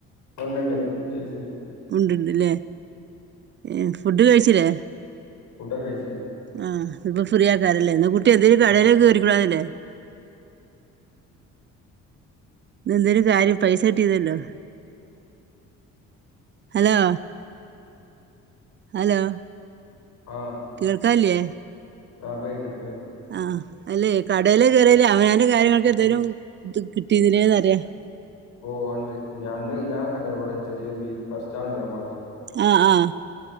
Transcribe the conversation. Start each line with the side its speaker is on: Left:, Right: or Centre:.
Left: ആ. ണ്ട്ണ്ട്. ചേച്ചിണ്ട്
Right: ഉണ്ട്ണ്ട്ലേ. എ. ഫുഡ് കഴിച്ചിലേ
Left: ഫുഡോക്കെ. കഴിച്ച്
Right: ആഹ് ഇപ്പൊ. ഫ്രീ ആകാരല്ലേ. എന്ന കുട്ടി എന്തേലും കടയിലൊക്കെറികൂടായിര്ന്നില്ലേ
Left: ആ
Right: <inaudible> ന്ന. എന്തേിലും കാര്യം പൈസ കിട്ടീര്ന്നല്ലോ ഹലോ. ഹലോ.
Left: ആഹ്
Right: കേൾക്കാല്ല്യേ
Left: ആ പ്പൊ കേക്ണ്ട്
Right: ആഹ. അല്ലെ. കടേല് കേറയാലേ അവനവന്റെ കാര്യങ്ങൾക്കൊക്കെ എന്തേലും. കിട്ടിര് ന്നിലേഅറിയ -ഹ്‌
Left: ഓ... ഒണ്ട് ഞന്ന്. ഞാൻ ഇവിടെ ചെറിയൊരു ബീഫ് സ്റ്റാൾണ്ട്മ്മോക്ക്
Right: അ.. അ